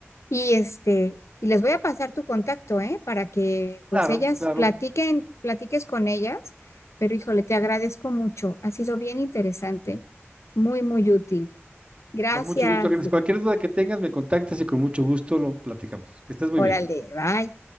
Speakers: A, on the left (about 85°); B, on the right (about 25°).
A: y este, y les voy a pasar tu contacto, ¿eh? Para que
B: claro,
A: pues ellas
B: claro.
A: platiquen, platiques con ellas. Pero híjole, te agradezco mucho. Ha sido bien interesante, muy, muy útil. Gracias.
B: Con mucho gusto, Ángeles. Cualquier duda que tengas, me contactas y con mucho gusto lo platicamos. Que estés muy
A: Órale,
B: bien.
A: bye.